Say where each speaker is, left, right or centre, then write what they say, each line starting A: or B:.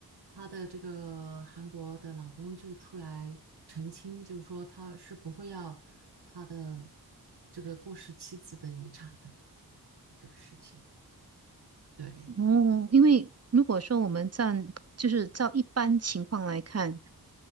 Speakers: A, on the right (about 80°); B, on the right (about 40°).
A: 她的这个韩国的老公就出来澄清，就是说他是不会要他的这个过世妻子的遗产的这个事情。对
B: 哦，因为如果说我们站，就是照一般情况来看，